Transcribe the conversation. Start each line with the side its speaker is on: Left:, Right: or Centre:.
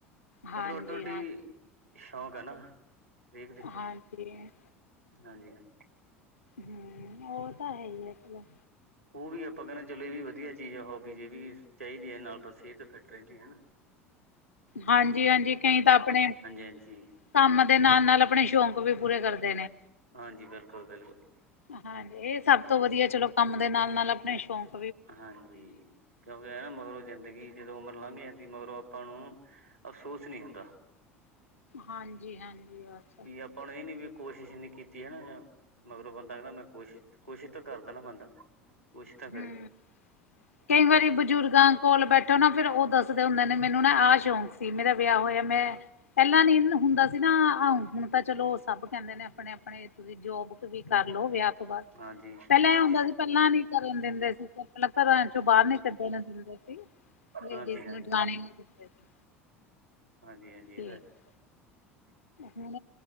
Left: ਹਾਂਜੀ
Right: ਮਤਲਬ ਔਡੋ, ਆਡੀ
Left: ਹਾਂ,
Right: ਸ਼ੌਂਕ ਹੈ, ਨਾ ਵੇਖਦੇ
Left: ਹਾਂਜੀ
Right: ਹਾਂਜੀ -ਹਾਂਜੀ।
Left: ਹਮ ਉਹ ਤਾਂ ਹੈ, ਹੀ ਹੈ, ਚਲੋ।
Right: ਉਹ ਵੀ ਆਪਾਂ ਕਹਿਨੇ, ਚਲੋ ਇਹ ਵੀ ਵਧੀਆ ਚੀਜ਼ ਆ, ਹੋਬੀਜ਼ ਇਹ ਵੀ ਚਾਹੀਦੀ ਹੈ, ਨਾਲ ਤਾਂ ਸਿਹਤ ਫਿੱਟ ਰਹਿੰਦੀ ਹਨਾ। <inaudible>
Left: ਹਾਂਜੀ -ਹਾਂਜੀ ਕਈ ਤਾਂ ਆਪਣੇ <inaudible>
Right: ਹਾਂਜੀ
Left: ਕੰਮ ਨਾਲ- ਨਾਲ ਆਪਣੇ ਸ਼ੌਕ ਉਹ ਵੀ ਪੂਰੇ ਕਰਦੇ ਨੇ।
Right: ਹਾਂਜੀ ਬਿਲਕੁਲ ਬਿਲਕੁਲ
Left: ਹਾਂਜੀ ਇਹ ਸਭ ਤੋਂ ਵਧੀਆ, ਚਲੋ ਕੰਮ ਦੇ ਨਾਲ - ਨਾਲ ਆਪਣੇ ਸ਼ੌਕ
Right: ਹਾਂਜੀ। ਕਿਉਂਕਿ, ਹੈ, ਨਾਂ ਮਗਰੋਂ ਜ਼ਿੰਦਗੀ ਜਦੋਂ ਉਮਰ ਲੰਘ ਜਾਂਦੀ ਮਗਰੋਂ ਆਪਾਂ ਨੂੰ ਅਫਸੋਸ ਨਹੀਂ ਹੁੰਦਾ।
Left: ਹਾਂਜੀ-ਹਾਂਜੀ ਬਸ।
Right: ਵੀ ਆਪਾਂ ਨੂੰ ਏ ਨੀ ਵੀ ਕੋਸ਼ਿਸ਼ ਨੀ ਕੀਤੀ ਹਨਾ ਜਾਂ ਮਗਰੋਂ ਬੰਦਾ ਕੈਂਦਾ ਮੈਂ ਕੋਸ਼ਿਸ਼, ਕੋਸ਼ਿਸ਼ ਤਾਂ ਕਰਦਾ ਨਾ ਬੰਦਾ। ਕੋਸ਼ਿਸ਼ ਤਾਂ ਕਰੇ
Left: ਹੂੰ, ਕਈ
Right: ਹਾਂਜੀ
Left: ਵਾਰੀ
Right: ਹਾਂਜੀ
Left: ਬਜ਼ੁਰਗਾਂ ਕੋਲ ਬੈਠੋ ਨਾ ਫੇਰ ਓ ਦੱਸਦੇ ਹੁੰਦੇ ਨੇ ਮੈਨੂੰ ਨਾ ਆ ਸ਼ੌਕ ਸੀ ਮੇਰਾ ਵਿਆ ਹੋਇਆ ਮੈਂ ਪੈਲਾਂ ਨੀ ਹੁਣ‌ ਹੁੰਦਾ ਸੀ ਨਾਂ ਆ ਹੁਣ ਤਾਂ ਚਲੋ ਸਭ ਕੈਂਦੇ ਨੇ ਆਪਣੇ-ਆਪਣੇ ਤੁਸੀਂ ਜੋਬ ਕ ਵੀ ਕਰਲੋ ਵਿਆ ਤੋਂ ਬਾਅਦ,
Right: ਹਾਂਜੀ
Left: ਪੈਲਾਂ
Right: ਹਾਂਜੀ
Left: ਐ ਹੁੰਦਾ
Right: ਹਾਂਜੀ
Left: ਸੀ ਪੈਲਾਂ ਨੀ ਕਰਨ ਦਿੰਦੇ ਸੀ 'ਤੇ ਪੈਲਾਂ ਘਰਾਂ ਚੋਂ ਬਾਰ ਨੀ ਕੱਢਣ ਦਿੰਦੇ ਸੀ। ਲੇਡੀਜ਼
Right: ਹਾਂਜੀ
Left: ਨੂੰ ਜਾਣ ਈ ਨੀ ਦਿੰਦੇ। ਸੀ
Right: ਹਾਂਜੀ-ਹਾਂਜੀ ਏ
Left: ਤੇ
Right: ਤਾਂ ਹੈ।
Left: ਹੁਣ